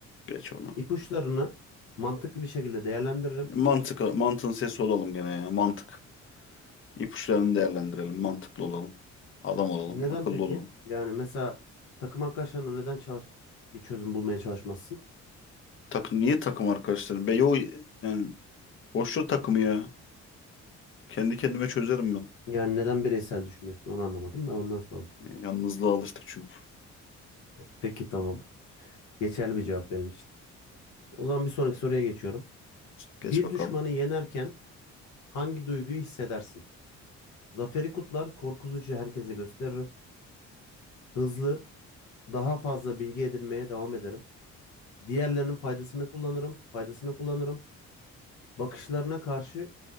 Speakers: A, on the left (about 40°); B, on the left (about 70°).
A: Geç onu.
B: İpuçlarını mantıklı bir şekilde değerlendiririm.
A: Mantık, mantığın sesi olalım gene ya. Mantık. İpuçlarını değerlendirelim. Mantıklı olalım. Adam olalım.
B: Neden
A: Akıllı
B: peki?
A: olalım.
B: Yani mesela takım arkadaşlarına neden çalışıp bir çözüm bulmaya çalışmazsın?
A: Takım, niye takım arkadaşlarım? Be yo yani boş ver takımı ya. Kendi kendime çözerim ben.
B: Yani neden bireysel düşünüyorsun onu anlamadım da ondan sordum.
A: E, Yalnızlığa alıştık çünkü.
B: Peki tamam. Geçerli bir cevap benim için. O zaman bir sonraki soruya geçiyorum.
A: Geç
B: Bir
A: bakalım.
B: düşmanı yenerken Hangi duyguyu hissedersin? Zaferi kutlar, korkutucu herkese gösteririm. Hızlı, daha fazla bilgi edinmeye devam ederim. Diğerlerinin faydasını kullanırım, faydasını kullanırım. Bakışlarına karşı,